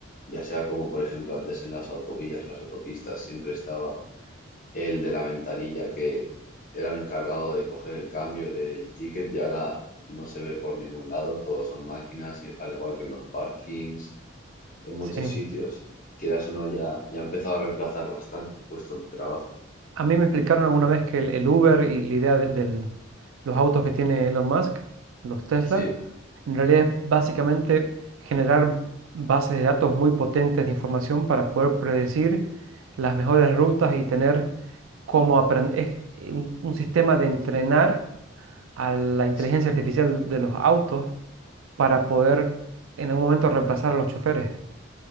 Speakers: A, on the left (about 40°); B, on the right (about 80°).
A: Ya sea como, por ejemplo, antes en las autovías, las autopistas, siempre estaba el de la ventanilla que era el encargado de coger el cambio del ticket y ahora no se ve por ningún lado, todos son máquinas, y- al igual que en los parkings, en muchos
B: Sí.
A: sitios. Quieras o no, ya, ya ha empezado a reemplazar bastantes puestos de trabajo.
B: A mí me explicaron alguna vez que el, el Uber y la idea de del- los autos que tiene Elon Musk, los Tesla,
A: Sí,
B: en realidad es básicamente generar bases de datos muy potentes de información para poder predecir las mejores rutas y tener cómo aprender, un, un sistema de entrenar a la inteligencia
A: sí.
B: artificial de los autos para poder en algún momento reemplazar a los choferes.